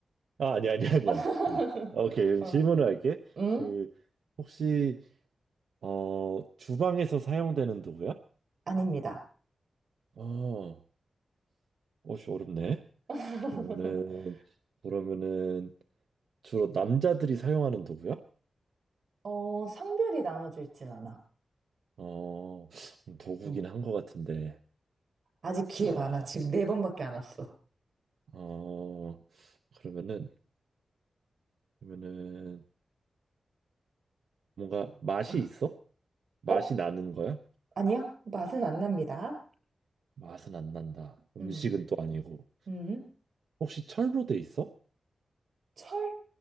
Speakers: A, on the right; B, on the right.
A: 아, 아니야, 아니야, 아니야.
B: <laughs>
A: 아니야. 오케이, 그럼
B: 어.
A: 질문을 할게.
B: 응?
A: 그, 혹시, 어, 주방에서 사용되는 도구야?
B: 아닙니다.
A: 어, 어씨 어렵네.
B: <laughs>
A: 그러면은 그러면은 주로 남자들이 사용하는 도구야?
B: 어, 성별이 나눠져 있진 않아.
A: 어, 도구긴
B: 응.
A: 한 것 같은데.
B: 아직 기회
A: 아,
B: 많아. 지금 네 번밖에 안 왔어.
A: 어, 그러면은 그러면은 뭔가 맛이
B: 어,
A: 있어? 맛이
B: 어,
A: 나는 거야?
B: 아니요. 맛은 안 납니다.
A: 맛은 안 난다. 음식은
B: 음,
A: 또 아니고.
B: 음.
A: 혹시 철로 돼 있어?
B: 철?